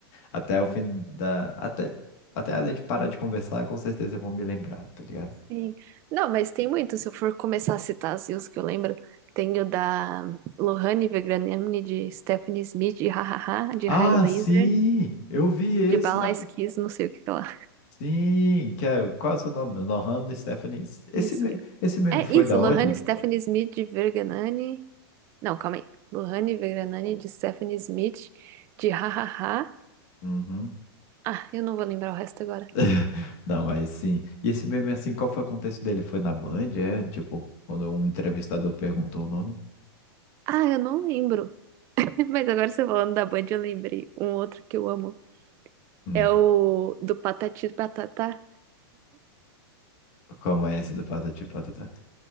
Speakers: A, on the left; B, on the right.
A: Até o fim da. Até, até a gente parar de conversar, com certeza eu vou me lembrar, tá ligado?
B: Sim. Não, mas tem muito. Se eu for começar a citar assim, os que eu lembro, tem o da Lohane Vegraniani, de Stephanie Smith, de Hahaha, de
A: Ah,
B: Raio Laser,
A: sim! Eu vi esse
B: de Balais
A: na.
B: Kiss, não sei o que lá.
A: Sim! Que é... Qual é o seu nome? Lohan Stephanie. Esse,
B: Isso.
A: me- esse meme
B: É
A: foi
B: isso,
A: da
B: Lohane,
A: onde?
B: Stephanie Smith, de Verganani. Não, calma aí. Lohane Vegranani de Stephanie Smith de Hahaha.
A: Uhum.
B: Ah, eu não vou lembrar o resto agora.
A: <laughs> Não, mas sim. E esse meme, assim, qual foi o contexto dele? Foi na Band? É, tipo, quando um entrevistador perguntou o nome?
B: Ah, eu não lembro. <laughs> Mas agora você falando da Band, eu lembrei. Um outro que eu amo.
A: Hum.
B: É o do Patati e Patatá.
A: Como é esse do Patati e Patatá?